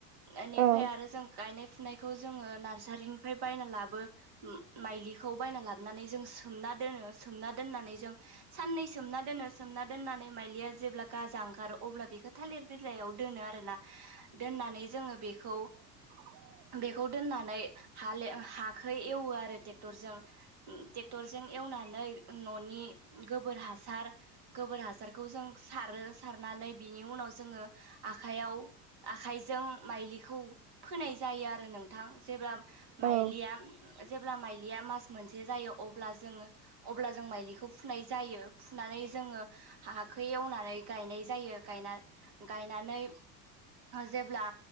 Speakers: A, on the right; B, on the right.
A: ओनिफाय
B: औ
A: आरो जों गायनाय फुनाय खौ जोङो नार सारिनिफ्राय बायना लाबो माइलिखौ बायना लाबनानै जों सोमना दोनो सोमोनना दोननान नै जों साननै सोमना दोनो सोमना दोननानै माइलिया जेब्ला गाजा ओंखारो अब्ला बेखो थालिर बिलाइयाव दोनो आरोना दोननानै जोङो बेखौ
B: <inaudible>
A: बेखौ दोननानै हाल हाखो एवो आरो टेक्टरजों ओम टेक क्टरजों एवनानै न'नि गोबोर हासार गोबोर हासार सारो सारनानै बिनि उनाव जोङो आखायाव आखाइजों माइलिखौ फोनाय जायोआरो नोंथां जेब्ला
B: औ
A: माइलिया जेब्ला माइलिया मास मोनसे जायो अब्ला जोङो अब्ला जों माइलिखौ फुनाय जायो फुनानै जोङो हाखो एवनानै गायनाय जायो गायना गायनानै जेब्ला